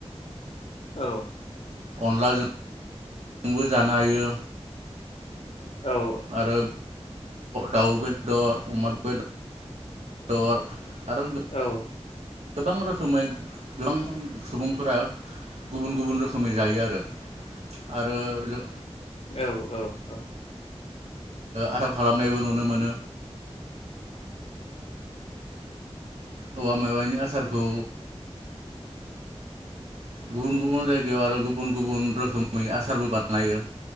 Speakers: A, on the left; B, on the right.
A: औ।
B: अनलाजों बो जानो हायो।
A: औ
B: आरो। दाउ बेदर अमा बेदर। आरो
A: औ।
B: गोबां रोखोमै गोबां सुबुंफोरा गुबुन गुबुन रोखोम। रखोमै जायो आरो‌ आरो जों।
A: औ औ औ।
B: आर खालामनायबो नुनो मोनो। औवा मेवायनि आसार। औ। गुबुन गुबुन जायगायाव आरो गुबुन गुबुन रोखोमै आसारबो बानायो